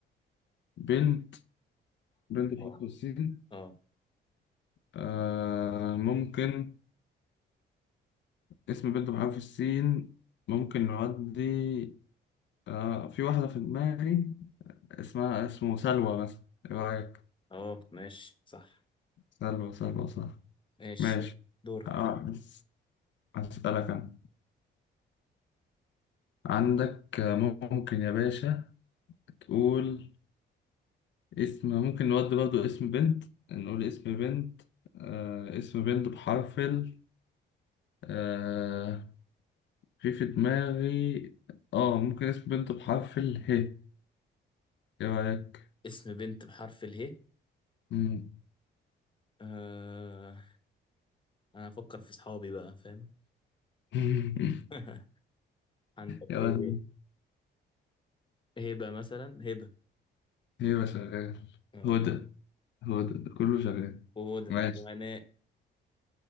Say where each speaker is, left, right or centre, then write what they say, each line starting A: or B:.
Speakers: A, on the left; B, on the left.
A: بنت بنت بحرف
B: اه
A: السين
B: اه
A: آه ممكن اسم بنت بحرف السين ممكن نعدي آه في واحدة في دماغي اسمها اسمه سلوى مثلا ايه رأيك؟
B: اه ماشي صح
A: سلوى سلوى صح
B: ماشي
A: ماشي
B: دورك
A: آه بس أسألك أنا عندك آه، ممكن يا باشا تقول اسم ممكن نودي برضو اسم بنت نقول اسم بنت آه اسم بنت بحرف ال آه في في دماغي اه ممكن اسم بنت بحرف ال ه ايه رأيك؟
B: اسم بنت بحرف اله
A: مم.
B: آه أنا أفكر في صحابي بقى فاهم
A: <laughs>
B: <laughs> عندك
A: يا ولد
B: إيه هبة مثلا هبة
A: ايوه شغال
B: اه
A: هدى هدى ده ده كله شغال
B: وهدى
A: ماشي
B: وهناء